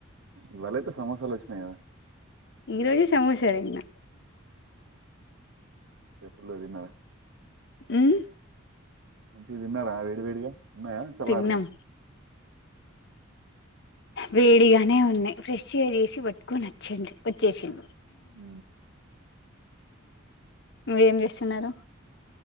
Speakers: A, on the right; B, on the left.
A: ఇవాళయితే సమోసాలు వచ్చినాయి కదా
B: ఈ రోజు సమోసతిన్న
A: ఎప్పులదిన్న <inaudible>
B: ఉ మ్
A: మంచిది తిన్నారా వేడి వేడిగా ఉన్నాయా చల్లారినయా
B: తిన్నాం వేడిగానే ఉన్నాయి ఫ్రెష్ గా చేసి పట్టుకొని వచ్చిండు వచ్చేసిండు
A: ఊ
B: మీరేం చేస్తున్నారు